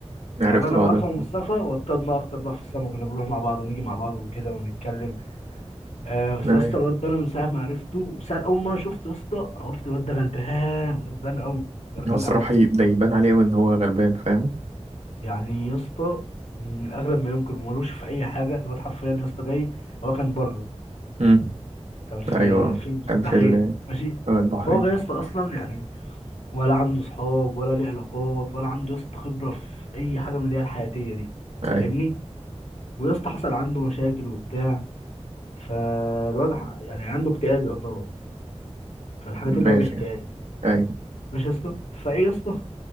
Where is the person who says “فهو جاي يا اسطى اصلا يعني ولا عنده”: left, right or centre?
Left